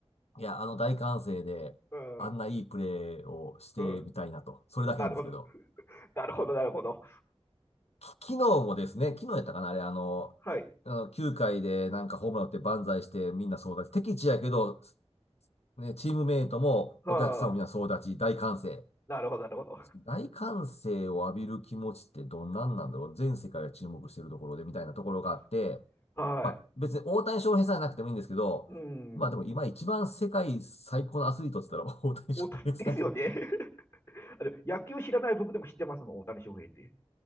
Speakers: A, on the left; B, on the left.
A: いや、あの、大歓声で、
B: うん、
A: あんないいプレーをしてみたいなと、
B: うん。
A: それだけなんですけど。
B: なるほど、なるほど、なるほど。
A: 昨日もですね、昨日やったかな、あれ、あの、
B: はい。
A: あの9回でなんかホームラン打って万歳してみんな総立ち。敵地やけど、ね、チームメイトもお客さんもみんな総立ち、
B: はあ、
A: 大歓声。
B: なるほど、なるほど。
A: 大歓声を浴びる気持ちってどんなんなんだろう全世界が注目してるところでみたいなところがあって、
B: 確かはい。
A: まあ別に大谷翔平さんじゃなくてもいいんですけど、
B: うん。
A: まあでも今一番世界最高のアスリートって言ったら大谷翔平さんじゃん。
B: 大谷、ですよね。<laughs> あの、野球知らない僕でも知ってますもん、大谷翔平って。